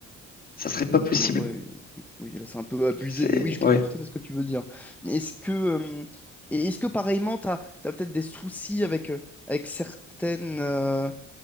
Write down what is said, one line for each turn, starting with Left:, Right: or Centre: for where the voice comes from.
Left: Ça serait pas
Centre: Oui, dans-
Left: possible.
Centre: dans- ouais, oui, oui, là c'est un peu abusé,
Left: C'est
Centre: mais oui, je
Left: ouais.
Centre: comprends tout à fait ce que tu veux dire. Mais est-ce que, euh, et est-ce que pareillement, t'as, t'as peut-être des soucis avec, euh, avec certaines. euh,